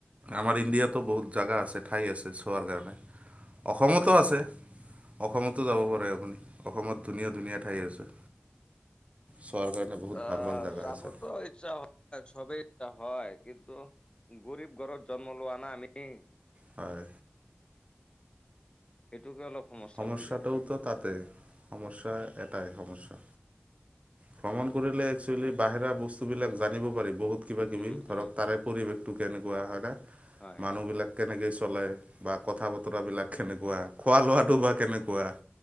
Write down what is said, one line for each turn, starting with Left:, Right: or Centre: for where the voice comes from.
Right: আমাৰ ইণ্ডিয়াতো বহুত জেগা আছে ঠাই আছে চোৱাৰ কাৰণে অসমতো আছে। অসমতো যাব পাৰে আপুনি অসমত ধুনীয়া ধুনীয়া ঠাই আছে। চোৱাৰ কাৰণে বহুত
Left: অ'
Right: ভাল ভাল জেগা
Left: যাবতো
Right: আছে
Left: ইচ্ছা হয় চবেই ইচ্ছা হয় কিন্তু গৰীব ঘৰত জন্ম লোৱা না আমি।
Right: হয়।
Left: সেইটোকে অলপ সমস্যা
Right: সমস্যাটোওতো
Left: হৈ যায়
Right: তাতে সমস্যা এটাই সমস্যা ভ্ৰমণ কৰিলে একচুৱেলি বাহিৰা বস্তু বিলাক জানিব পাৰি বহুত। কিবা- কিবি
Left: উম
Right: ধৰক
Left: উম
Right: তাৰে
Left: উম
Right: পৰিৱেশতটো কেনেকুৱা হয় ন
Left: হয়
Right: মানুহ বিলাক কেনেকে চলে বা কথা বতৰাবিলাক কেনেকুৱা খোৱা লোৱাটো বা কেনেকুৱা